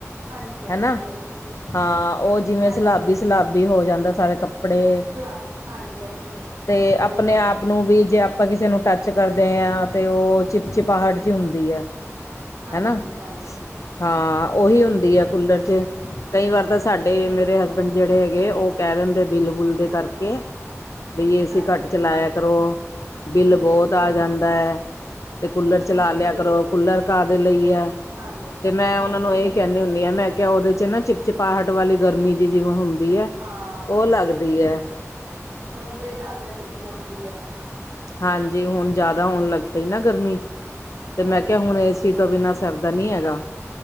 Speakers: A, on the right; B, on the left.
A: ਹਾਂਜੀ ਹਾਂਜੀ
B: ਹਨਾਂ
A: ਹਾਂਜੀ
B: ਹਾਂ ਉਹ ਜਿਵੇਂ
A: ਹਾਂਜੀ
B: ਸਲਾਬੀ ਸ਼ਲਾਬੀ ਹੋ ਜਾਂਦਾ ਸਾਰਾ ਕੱਪ ਕਪੜੇ,
A: ਸਲਾਬ ਹਾਂਜੀ ਹਾਂਜੀ
B: ਤੇ
A: ਉਹੀ
B: ਆਪਣੇ
A: ਗੱਲ
B: ਆਪ
A: ਹੈ
B: ਨੂੰ ਵੀ ਜੇ ਆਪਾਂ ਕਿਸੇ ਨੂੰ ਟੱਚ ਕਰਦੇ ਹਾਂ ਤੇ ਉਹ ਚਿਪ -ਚਿਪਾਹਟ ਜੀ ਹੁੰਦੀ ਐ।
A: ਹਾਂਜੀ
B: ਹਨਾਂ,
A: ਹਾਂਜੀ
B: ਹਾਂ ਉਹੀ ਹੁੰਦੀ ਆ ਕੂਲਰ ਚ ਕਈ ਵਾਰ ਤਾਂ ਸਾਡੇ
A: ਹਮ
B: ਮੇਰੇ
A: ਹਮ
B: ਹਸਬੈਂਡ ਜੇੜੇ ਹੈਗੇ ਓ ਕੈ ਦਿੰਦੇ ਬਿੱਲ-ਬੁਲ ਦੇ
A: ਹਾਂਜੀ
B: ਕਰਕੇ ਬਈ ਏ ਸੀ
A: ਅੱਛਾ
B: ਕਟ
A: ਜੀ
B: ਚਲਾਇਆ
A: ਹਮ
B: ਕਰੋ। ਬਿੱਲ ਬੋਤ
A: ਹਮ ਹਮ
B: ਆ ਜਾਂਦਾ
A: ਹਮ
B: ਤੇ ਕੂਲਰ ਚਲਾ
A: ਅੱਛਾ
B: ਲਯਾ
A: ਜੀ
B: ਕਰੋ। ਕੂਲਰ ਕਾਦੇ ਲਈ ਐ
A: ਹਾਂਜੀ
B: ਤੇ ਮੈਂ
A: ਹਾਂਜੀ
B: ਓਨਾਂ ਨੂੰ ਐਹੀ
A: ਹਾਂਜੀ
B: ਕੈਣੀ ਹੁ ਣੀ ਮੈਂ ਕੇਆ ਓਦੇ ਚ ਨਾ ਚਿਪਚਿਪਾਹਟ ਵਾਲੀ ਗਰਮੀ ਜੀ ਜਿਵੇਂ ਹੁੰਦੀ ਐ
A: ਹਾਂ
B: ਓ ਲੱਗਦੀ ਦੀ ਐ।
A: ਹੁਣ ਤੇ ਜਾਦਾ ਪੋਂਦੀ ਐ।
B: ਹਾਂਜੀ ਹੁਣ ਜਾਦਾ ਹੋਣ ਲੱਗ ਪਈ ਨਾ ਗਰਮੀ ਤੇ
A: ਹਾਂਜੀ।
B: ਮੈਂ ਕੇਹਾ ਹੁਣ ਏਸੀ ਤੋਂ ਬਿਨਾ ਸਰਦਾ ਨੀ ਹੈਗਾ